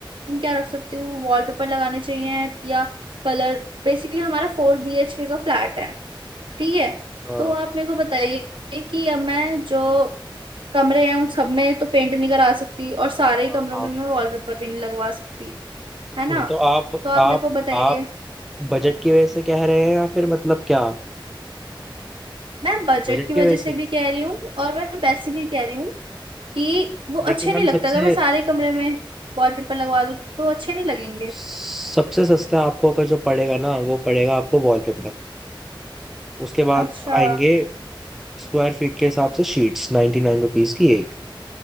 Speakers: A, on the right; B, in the centre.
A: क्या रख सकती हूँ वॉलपेपर लगाने चाहिए या कलर बेसिकली हमारा फोर बीएचके का फ्लैट है ठीक है
B: हाँ
A: तो आप मेरे को बताइए कि अब मैं जो कमरे हैं उन सब में तो पेंट नहीं करा सकती और सारे ही
B: हाँ
A: कमरों
B: हाँ
A: में मैं वॉलपेपर भी नहीं लगवा सकती
B: फिर
A: है ना
B: तो आप
A: तो आप
B: आप
A: मेरे को बताइए
B: आप बजट की वजह से कह रहे हैं या फिर मतलब क्या
A: मैं बजट
B: बजट
A: की
B: की
A: वजह
B: वजह
A: से
B: से
A: भी कह रही हूँ और मैं वैसे भी कह रही हूँ कि वो
B: देखिए
A: अच्छे
B: मैम
A: नहीं लगता
B: सबसे
A: अगर मैं सारे कमरे में वॉलपेपर लगवा दूँ तो अच्छे नहीं लगेंगे
B: सबसे सस्ता आपको अगर जो पड़ेगा ना वो पड़ेगा आपको वॉलपेपर उसके बाद
A: अच्छा
B: आएंगे स्क्वायर फीट के हिसाब से शीट्स नाइन्टी नाइन रुपीज की एक